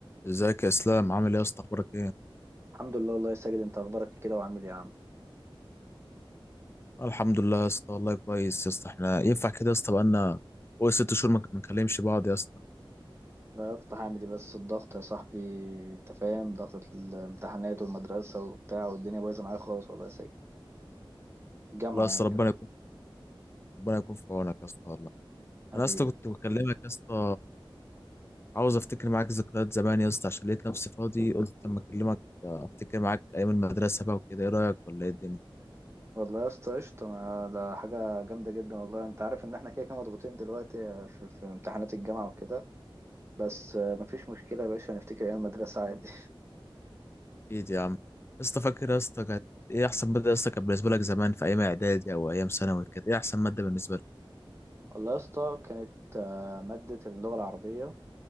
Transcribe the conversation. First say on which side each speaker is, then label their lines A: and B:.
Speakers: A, on the left; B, on the right.
A: ازيك يا اسلام عامل ايه يا اسطى اخبارك ايه
B: الحمد لله الله يسجد انت اخبارك كده وعامل ايه يا عم
A: آه، الحمد لله يا اسطى والله كويس يا اسطى احنا ينفع كده يا اسطى بقالنا فوق ست شهور ما ما نكلمش بعض يا اسطى
B: غيرت هعمل ايه بس الضغط يا صاحبي انت فاهم ضغط الامتحانات والمدرسه وبتاع والدنيا بايظه معايا خالص والله يا ساجد الجامعه
A: والله يا اسطى
B: يعني انت
A: ربنا
B: فاهم
A: يكون ربنا يكون في عونك يا اسطى والله
B: حبيبي
A: انا يا اسطى كنت بكلمك يا اسطى عاوز افتكر معاك ذكريات زمان يا اسطى عشان لقيت نفسي فاضي قلت اما اكلمك آه، افتكر معاك ايام المدرسه بقى وكده ايه رايك ولا ايه الدنيا
B: والله يا اسطى قشطه ما- ده حاجه جامده جدا والله انت عارف ان احنا كده كده مضغوطين دلوقتي في, في امتحانات الجامعه وكده بس آه، مفيش مشكله يا باشا هنفتكر ايام المدرسه عادي
A: اكيد يا عم يا اسطى فاكر يا اسطى كانت ايه احسن ماده يا اسطى كانت بالنسبه لك زمان في ايام اعدادي او ايام ثانوي كانت ايه احسن ماده بالنسبه لك
B: <laughs> والله يا اسطى كانت آه، ماده اللغه العربيه